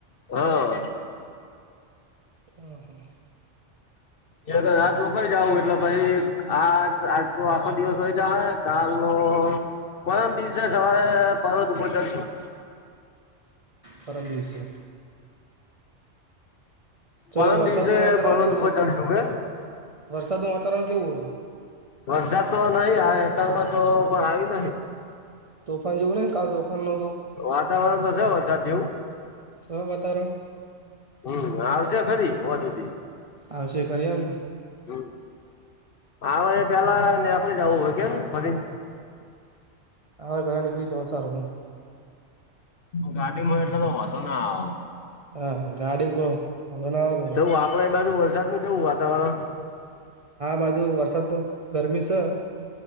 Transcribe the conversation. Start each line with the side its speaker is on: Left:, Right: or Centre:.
Left: હા.
Right: હ હા.
Left: હથકઈ જાવું એટલે પછી. આજ આજ તો આખો દિવસ હોય જાય કાલનો. પરમ દિવસે સવારે પર્વત ઉપર ચડશું
Right: પરમ દિવસે ચઈંનું
Left: પરમ
Right: વરસાદ
Left: દિવસે
Right: નું વાતાવરણ
Left: પર્વત
Right: કેઉ
Left: ઉપર
Right: તું?
Left: ચડશું કે
Right: વરસાદનું વાતાવરણ કેવું હ
Left: વરસાદ તો નહીં, આ અતારમાં તો કોઈ આયુ નહી.
Right: તોફાન જેવું નહીં, કાલ તોફાન નોતું?
Left: વાતાવરણ તો સે વરસાદ જેવું.
Right: સ વાતાવરણ
Left: હમ, આવશે ખરી હોંજ હુધી.
Right: આવશે ખરી એમ.
Left: હ આવે એ પેલા નેકડી જવું હોય કેમ ભરી.
Right: હાવે પેલા નીકળી જવ તો સારું હું.
Left: ગાડીમાં એટલે તો વાંધો ના આવો.
Right: હા ગાડી તો મ વોધો ના વ ત
Left: આપણે એ બાજુ વરસાદ નું જવું વાતાવરણ.
Right: હા બાજુ વરસાદ તો, ગરમી છે.